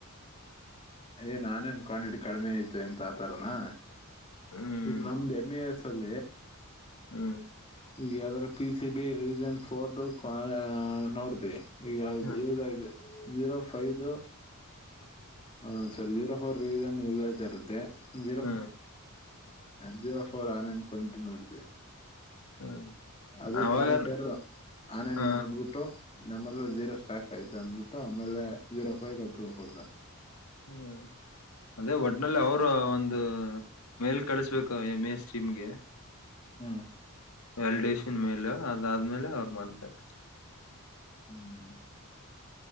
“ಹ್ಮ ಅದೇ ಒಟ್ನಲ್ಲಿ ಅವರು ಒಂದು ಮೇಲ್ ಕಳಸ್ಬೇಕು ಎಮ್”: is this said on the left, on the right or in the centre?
Left